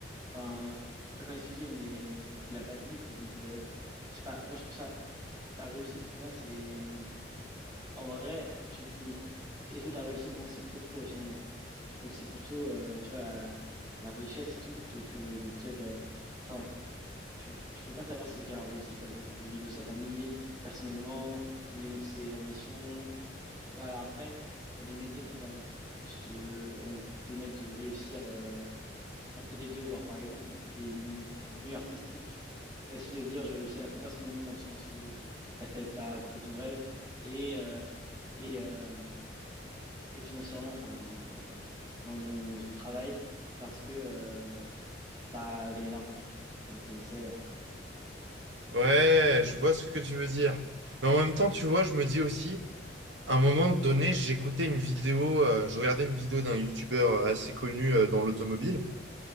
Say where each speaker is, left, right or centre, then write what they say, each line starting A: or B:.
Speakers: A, on the right (about 20°); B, on the right (about 80°).
A: Enfin, je sais pas comment expliquer, mais hum, il a pas de vie, quoi. Donc, euh, je sais pas, moi, je trouve ça, la réussite, pour moi, c'est, hum, en vrai, quand tu dis, qu'est-ce que tu as réussi, pour moi, c'est plutôt professionnellement. Donc c'est plutôt, euh, tu vois, la, la richesse et tout, plutôt que de dire, euh, enfin, tu, tu peux pas savoir si quelqu'un a réussi fam- au niveau de sa famille, personnellement, au niveau de ses ambitions. Tu vois, alors après, il y a des métiers qui te permettent plus de, en- qui permettent de réussir euh, un peu des deux. Alors par exemple, des m- milieux artistiques, c'est facile de dire j'ai réussi à la fois personnellement dans le sens où t'as fait, t'as accompli ton rêve et euh, et euh, et financièrement, enfin. euh, dans, ton- dans ton travail parce que euh, t'as gagné de l'argent, quoi. Enfin, t'es célèbre.
B: Ouais, je vois ce que tu veux dire. Mais en même temps, tu vois, je me dis aussi, à un moment donné, j'écoutais une vidéo, euh, je regardais une vidéo d'un youtubeur assez connu euh, dans l'automobile.